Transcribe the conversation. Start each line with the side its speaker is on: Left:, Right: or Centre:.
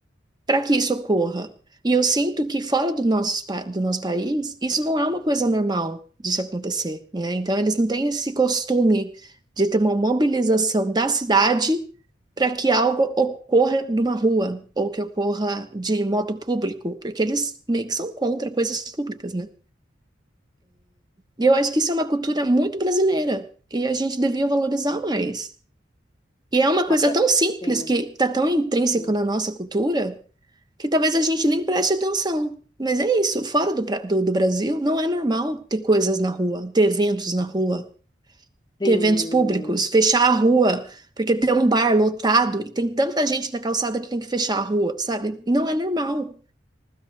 Right: para que isso ocorra. E eu sinto que fora do nosso, pa- do nosso país, isso não é uma coisa normal de se acontecer, né? Então, eles não têm esse costume de ter uma mobilização da cidade para que algo ocorra numa rua ou que ocorra de modo público, porque eles meio que são contra coisas públicas, né? E eu acho que isso é uma cultura muito brasileira e a gente devia valorizar mais. E é uma coisa
Left: Cara,
Right: tão simples
Left: sim,
Right: que está tão intrínseca
Left: sim,
Right: na nossa cultura que talvez a gente nem preste atenção. Mas é isso, fora do, pra- do, do Brasil, não é normal ter coisas na rua, ter eventos na rua,
Left: sim.
Right: ter eventos públicos, fechar a rua, porque tem um bar lotado e tem tanta gente na calçada que tem que fechar a rua, sabe? Não é normal.